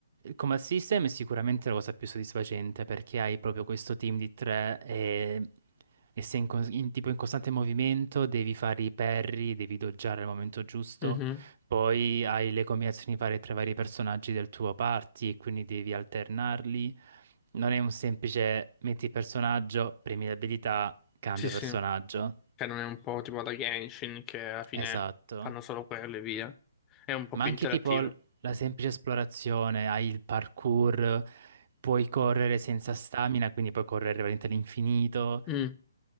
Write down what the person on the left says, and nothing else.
Mhm.
Sì, sì.
Cioè, non è un po' tipo la Genshin che alla fine
fanno solo quello e via. È un po'
più
interattivo.
Mm,